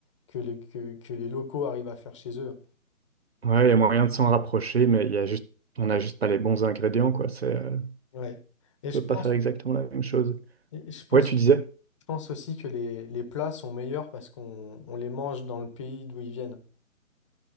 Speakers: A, on the left (about 20°); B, on the right (about 50°).
A: que, les, que, que les locaux arrivent à faire chez eux.
B: Ouais, il y a moyen de s'en rapprocher, mais il y a juste, on n'a juste pas les bons ingrédients, quoi. C'est, euh,
A: Ouais. Et je
B: on
A: pense,
B: peut pas faire exactement la même chose.
A: et je pense,
B: Ouais, tu disais?
A: je pense aussi que les, les plats sont meilleurs parce qu'on on les mange dans le pays d'où ils viennent.